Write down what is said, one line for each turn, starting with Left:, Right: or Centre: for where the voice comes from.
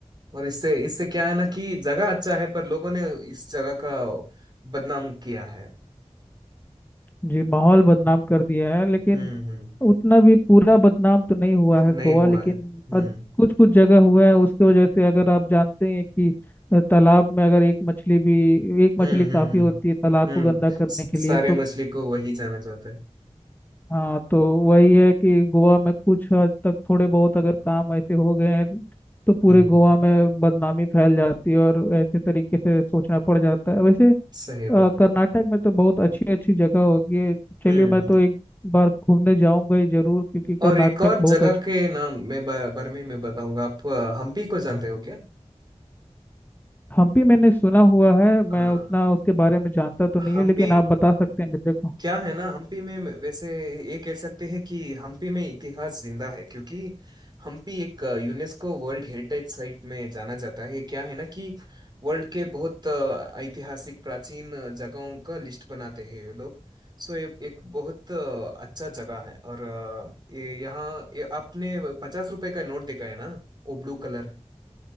Right: और इससे इससे क्या है ना कि जगह अच्छा है पर लोगों ने इस जगह का बदनाम किया है
Left: जी माहौल बदनाम कर दिया है लेकिन
Right: हम्म हम्म
Left: उतना भी पूरा बदनाम तो नहीं हुआ
Right: नहीं
Left: है गोवा
Right: हुआ
Left: लेकिन
Right: है हम्म
Left: कुछ कुछ जगह हुआ है उसकी वजह से अगर आप जानते हैं कि अ, तालाब में अगर एक मछली भी
Right: हम्म
Left: एक मछली काफी
Right: हम्म हम्म
Left: होती है तालाब
Right: हम्म,
Left: को गंदा करने
Right: स-
Left: के लिए
Right: सारे
Left: तो
Right: मछली को वही जाना जाता है
Left: हाँ तो वही है कि गोवा में कुछ हद तक थोड़े बहुत अगर काम ऐसे हो गए हैं तो पूरे
Right: हम्म
Left: गोवा में बदनामी फैल जाती है और ऐसे तरीके से सोचना पड़ जाता है वैसे
Right: सही
Left: अ,
Right: बात
Left: कर्नाटक में तो बहुत अच्छी अच्छी जगह होगी है। चलिए
Right: हम्म
Left: मैं तो एक बार घूमने जाऊंगा ही जरूर क्योंकि कर्नाटक
Right: और एक और
Left: बहुत
Right: जगह
Left: अच्छा
Right: के नाम मैं ब- बारे में मैं बताऊंगा आप अ, हम्पी को जानते हो क्या
Left: हम्पी मैंने सुना हुआ है
Right: हाँ
Left: मैं उतना उसके बारे में जानता तो नहीं
Right: हम्पी
Left: हूँ लेकिन आप बता सकते हैं मुझे को
Right: क्या है ना हम्पी में वैसे ये कह सकते हैं कि हम्पी में इतिहास जिंदा है क्योंकि हम्पी एक यूनेस्को वर्ल्ड हेरिटेज साइट में जाना जाता है ये क्या है ना कि वर्ल्ड के बहुत अ, ऐतिहासिक प्राचीन जगहों का लिस्ट बनाते हैं ये लोग सो ये एक बहुत अ, अच्छा जगह है और अ, ये यहाँ ये आपने पचास रुपए का नोट देखा है ना वो ब्लू कलर